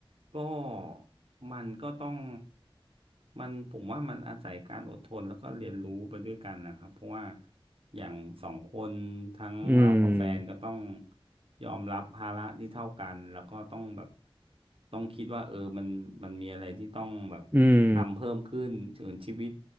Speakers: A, on the right; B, on the right.
A: ก็มันก็ต้องมันผมว่ามันอาศัยการอดทนแล้วก็เรียนรู้ไปด้วยกันนะครับเพราะว่าอย่างสองคนทั้งเรากับแฟนก็ต้อง
B: อืม
A: ยอมรับภาระที่เท่ากันแล้วก็ต้องแบบต้องคิดว่าเออมันมันมีอะไรที่ต้องแบบทำเพิ่มขึ้นถึงชีวิต
B: อืม